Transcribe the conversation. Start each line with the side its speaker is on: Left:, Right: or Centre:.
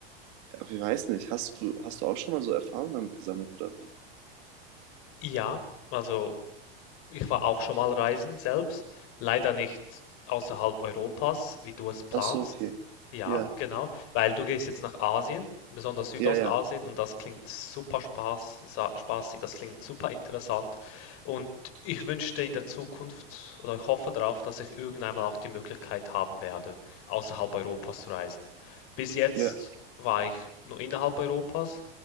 Right: ich weiß nicht, hast du, hast du auch schon mal so Erfahrungen damit gesammelt oder wie?
Left: ja, also ich war auch schon mal reisen selbst, leider nicht außerhalb Europas, wie du es planst.
Right: Ach so, okay.
Left: Ja,
Right: Ja,
Left: genau, weil du gehst jetzt nach Asien, besonders Südostasien,
Right: ja, ja,
Left: und das klingt super Spaß, sa- spaßig, das klingt super interessant. Und ich wünschte in der Zukunft oder ich hoffe darauf, dass ich irgendwann mal auch die Möglichkeit haben werde, außerhalb Europas zu reisen. Bis jetzt
Right: ja.
Left: war ich nur innerhalb Europas